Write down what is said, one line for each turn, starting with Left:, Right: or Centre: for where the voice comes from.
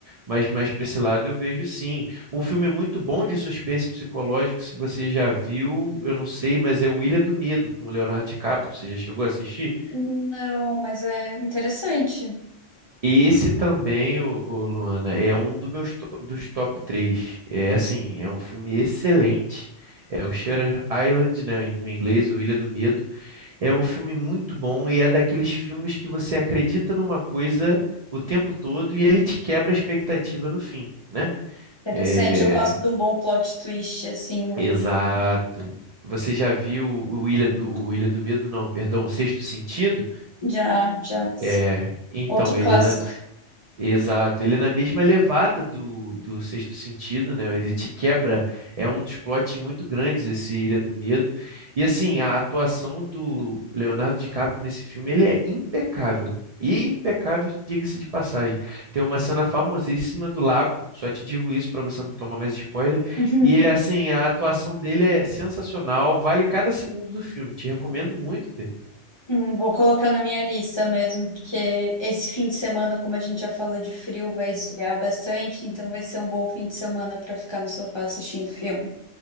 Right: Mas mais para esse lado eu vejo sim. Um filme muito bom de suspense psicológico, se você já viu, eu não sei, mas é O Ilha do Medo, com o Leonardo DiCaprio. Você já chegou a assistir?
Left: Não, mas é interessante.
Right: Esse também, o, Luana, é um dos meus to- dos top três É assim, é um filme excelente. É o Shutter Island, né, em- no inglês, o Ilha do Medo. É um filme muito bom e é daqueles filmes que você acredita numa coisa o tempo todo e ele te quebra a expectativa no fim, né?
Left: Interessante,
Right: É,
Left: eu gosto de um bom plot twist, assim, no-
Right: exato. Você já viu o Ilha do, o Ilha do Medo? Não, perdão, o Sexto Sentido?
Left: já, já. sim.
Right: É, então,
Left: Outro clássico.
Right: ele Exato, ele é na mesma levada do, do Sexto Sentido, né? Ele te quebra, é um dos plots muito grandes esse Ilha do Medo. E assim, a atuação do Leonardo DiCaprio nesse filme, ele é impecável. E impecável, diga-se de passagem. Tem uma cena famosíssima do lago, só te digo isso para você não tomar mais spoiler.
Left: <laughs>
Right: E é assim, a atuação dele é sensacional, vale cada segundo do filme. Te recomendo muito,
Left: Hum, vou colocar na minha lista mesmo, porque esse fim de semana, como a gente já falou de frio, vai esfriar bastante, então vai ser um bom fim de semana para ficar no sofá assistindo filme.